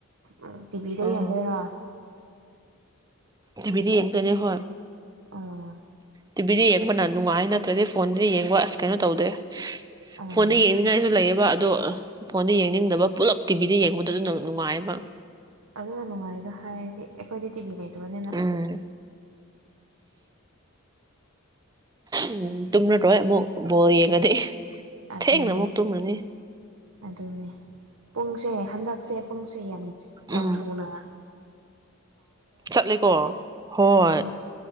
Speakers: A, on the right; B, on the right.
A: ꯎ ꯇꯤꯚꯤꯗ
B: ꯎꯝ
A: ꯌꯦꯡꯗꯣꯏꯔꯣ
B: ꯇꯚꯗꯤꯟꯣ ꯑꯦꯅꯦ ꯍ
A: ꯑꯥ
B: ꯇꯤꯚꯗ ꯌꯦꯡꯕꯅ ꯅꯨꯡꯉꯥꯏ ꯅꯠꯇ꯭ꯔꯗꯤ ꯐꯣꯟꯗꯨꯗꯤ ꯌꯦꯡꯕ ꯑꯁ ꯀꯩꯅꯣ ꯇꯧꯗꯦ
A: ꯑꯥ
B: ꯐꯣꯟꯗ ꯌꯦꯡꯅꯤꯡꯉꯥꯏꯁꯨ ꯂꯩꯌꯦꯕ ꯑꯗꯣ ꯐꯣꯟꯗꯣ ꯌꯦꯡꯅꯤꯡꯗꯕ ꯄꯨꯂꯞ ꯇꯤꯚꯤꯗ ꯌꯦꯡꯕꯗ ꯑꯗꯨ ꯅꯨꯡꯉꯥꯏꯌꯦꯕ
A: ꯑꯗꯨꯅ ꯅꯨꯡꯉꯥꯏꯗ ꯍꯥꯏꯔꯗꯤ ꯑꯩꯈꯣꯏꯗꯤ ꯇꯤꯕꯤ ꯂꯩꯇꯦ ꯃꯅꯤꯅ
B: ꯎꯝ ꯎꯝ ꯇꯨꯝꯅꯔꯣꯏ ꯑꯃꯨꯛ ꯕꯣ ꯌꯦꯡꯉꯗꯤ
A: ꯑꯗꯨꯅꯦ
B: ꯊꯦꯡꯅ ꯑꯃꯨꯛ ꯇꯨꯝꯔꯅꯤ
A: ꯑꯗꯨꯅꯦ ꯄꯨꯡꯁꯦ ꯍꯟꯗꯛꯁꯦ ꯄꯨꯡꯁꯦ ꯌꯥꯝ ꯌꯥꯝ
B: ꯎꯝ
A: ꯊꯨꯅ ꯑ
B: ꯆꯠꯂꯦꯀꯣ ꯍꯣꯏ
A: ꯎꯝ